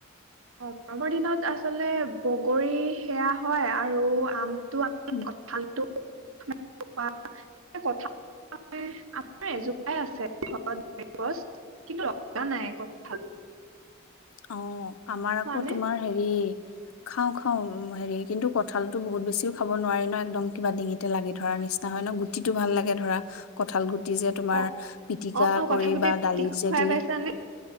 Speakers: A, on the right; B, on the left.
A: অ গৰমৰ দিনত আচলতে বগৰী সেয়া হয় আৰু আম ত
B: উম।
A: ভাল ৱা কথা আমাৰ এজোপাই আছে ঘৰত গছ কিন্তু কোৱা নাই ক ভাল
B: অঁ আমাৰ আকৌ
A: নে
B: তোমাৰ হেৰি খাওঁ খাওঁ হেৰি কিন্তু কঠালতো বহুত বেছিওঁ খাব নোৱাৰি ন একদম কিবা ডিঙিতে লাগি ধৰা নিচিনা হয় ন গুটিটো ভাল লাগে ধৰা কঁঠাল গু যে তোমাৰ
A: অ
B: পিটিকা
A: অ
B: কৰি
A: কঁঠাল গুটি
B: বা
A: পিটিকা
B: দালিত যে
A: খুৱাই
B: দি
A: পাইছানে